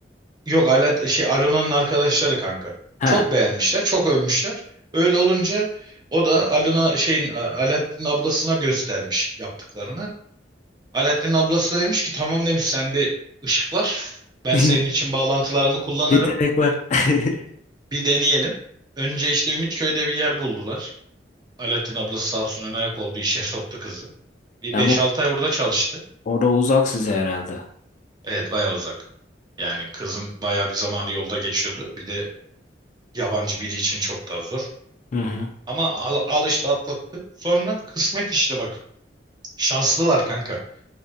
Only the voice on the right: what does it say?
Yok Ala, şey Alona'nın arkadaşları kanka.
Çok beğenmişler, çok övmüşler. Öyle olunca o da Alona şeyin A- Alaaddin'in ablasına göstermiş yaptıklarını. Alaaddin'in ablası da demiş ki tamam demiş sende ışık var. Ben
senin için bağlantılarımı kullanırım.
Bir deneyelim. Önce işte Ümitköy'de bir yer buldular. Alaaddin ablası sağ olsun ön ayak oldu işe soktu kızı. Bir
beş altı ay orada çalıştı.
Evet bayağı uzak. Yani kızın bayağı bir zamanı yolda geçiyordu. Bir de yabancı biri için çok daha zor.
Ama al, al işte atlattı. Sonra kısmet işte bak. Şanslılar kanka.